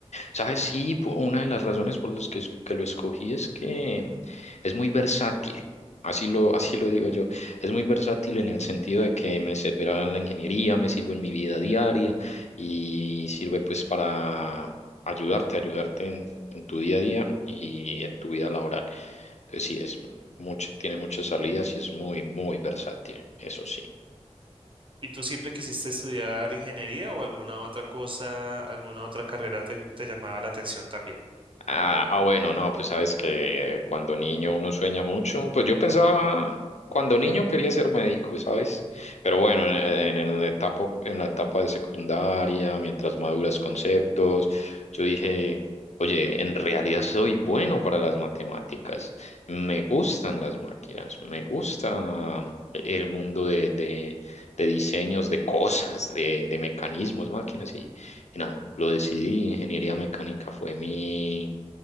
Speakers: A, on the left; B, on the right.
A: ¿Sabes? Sí, po- una de las razones por las que, es- que lo escogí es que es muy versátil. Así lo, así lo digo yo. Es muy versátil en el sentido de que me servirá en la ingeniería, me sirve en mi vida diaria y sirve pues para ayudarte, ayudarte en, en tu día a día y en tu vida laboral. Entonces sí, es mucho, tiene muchas salidas y es muy, muy versátil, eso sí.
B: ¿Y tú siempre quisiste estudiar ingeniería o alguna otra cosa, alguna otra carrera te, te llamaba la atención también?
A: Ah, ah, bueno, no, pues sabes que eh, cuando niño uno sueña mucho. Pues yo pensaba, cuando niño quería ser médico, ¿sabes? Pero bueno, en, eh, en el etapa, en la etapa de secundaria, mientras maduras conceptos, yo dije, oye, en realidad soy bueno para las matemáticas. Me gustan las máquinas, me gusta el mundo de, de, de diseños, de cosas, de, de mecanismos, máquinas y y nada, lo decidí. Ingeniería mecánica fue mi